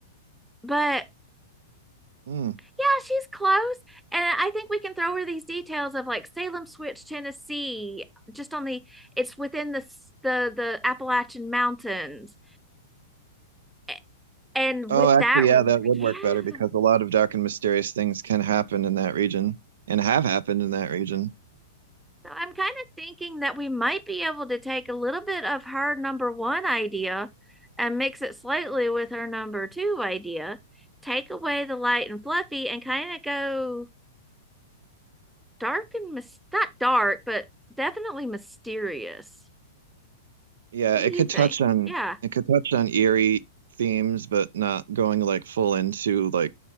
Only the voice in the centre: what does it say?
But
yeah, she's close, and I think we can throw her these details of like Salem Switch, Tennessee, just on the it's within the s- the the Appalachian Mountains. A- And
with
that,
yeah.
So I'm kind of thinking that we might be able to take a little bit of her number one idea and mix it slightly with her number two idea. Take away the light and fluffy and kind of go dark and mis not dark, but definitely mysterious.
What
do you
think?
Yeah,